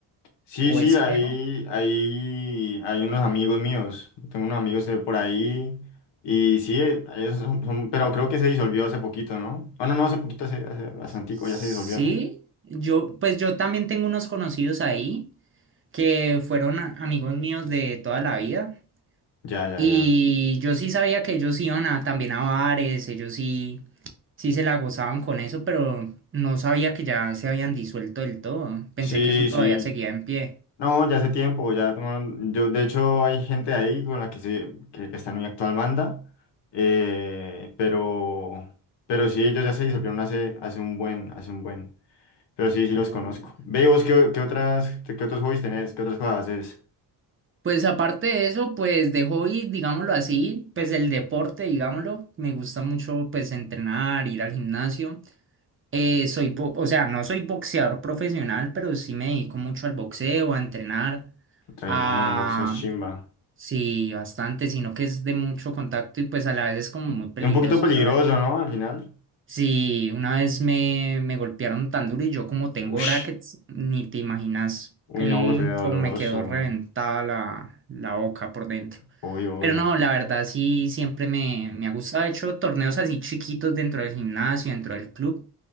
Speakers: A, on the left; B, on the right.
A: Sí,
B: o
A: sí,
B: Espejo.
A: ahí, ahí, hay unos amigos míos. Tengo unos amigos de por ahí. Y sí, eh, ellos son, son- pero creo que se disolvió hace poquito, ¿no? Oh, no, no, hace poquito, hace, hace bastantico,
B: Sí,
A: ya se disolvió, ¿no?
B: yo, pues yo también tengo unos conocidos ahí. que fueron a- amigos míos de toda la vida.
A: Ya, ya,
B: Y
A: ya.
B: yo sí sabía que ellos iban a, también a bares, ellos sí, sí se la gozaban con eso, pero no sabía que ya se habían disuelto del todo. Pensé
A: Sí,
B: que eso todavía
A: sí.
B: seguía en pie.
A: No, ya hace tiempo, ya tomaron, yo de hecho hay gente ahí con la que se, que, que está en mi actual banda, eh, pero, pero sí, ellos ya se disolvieron hace, hace un buen, hace un buen, pero sí, sí
B: Uh.
A: los conozco. Ve, ¿y vos qué, qué otras, qué otros hobbies tenés, qué otras cosas haces?
B: Pues aparte de eso, pues de hobby, digámoslo así, pues el deporte, digámoslo, me gusta mucho pues entrenar, ir al gimnasio. Eh, soy, bo- o sea, no soy boxeador profesional, pero sí me dedico mucho al boxeo, a entrenar,
A: bien
B: a,
A: boxeas, chimba.
B: Sí, bastante, sino que es de mucho contacto y pues a la vez es como muy peligroso,
A: Es un poquito peligroso,
B: ¿sabes?
A: ¿no? Al final.
B: Sí, una vez me, me golpearon tan duro y yo como tengo
A: Uy,
B: brackets, ni te imaginas
A: uy,
B: el
A: no, re doloroso,
B: como me quedó
A: weón.
B: reventada la, la boca por dentro.
A: obvio,
B: Pero
A: obvio.
B: no, la verdad sí, siempre me, me ha gustado. He hecho torneos así chiquitos dentro del gimnasio, dentro del club.